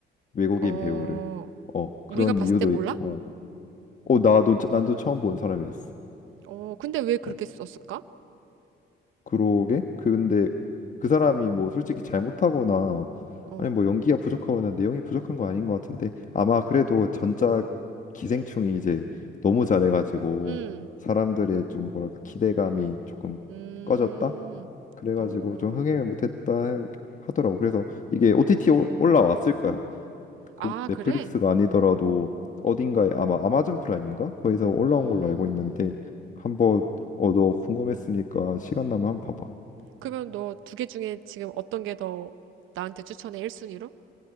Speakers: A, on the left (about 40°); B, on the right (about 85°).
A: 외국인
B: 어,
A: 배우를. 어 그런
B: 우리가 봤을
A: 이유도
B: 때 몰라?
A: 있고. 어 나도 처- 나도 처음 본 사람이었어.
B: 어, 근데 왜 그렇게
A: 어,
B: 썼을까?
A: 그러게. 그 근데 그 사람이 뭐 솔직히 잘못하거나
B: 어,
A: 아니 뭐 연기가 부족하거나 내용이 부족한 거 아닌 것 같은데 아마 그래도 전작 기생충이 이제 너무 잘해가지고
B: 음,
A: 사람들의 좀 뭐랄까 기대감이 조금
B: 음,
A: 꺼졌다. 그래가지고
B: 어,
A: 좀 흥행을 못했다 하더라고. 그래서 이게 OTT 올- 올라왔을 거야. 고-
B: 아,
A: 넷플릭스가
B: 그래?
A: 아니더라도 어딘가에 아마 아마존 프라임인가? 거기서 올라온
B: 음,
A: 걸로 알고 있는데 한번 어 너 궁금했으니까 시간 나면 한번 봐봐.
B: 그러면 너 두 개 중에 지금 어떤 게 더 나한테 추천해, 1순위로?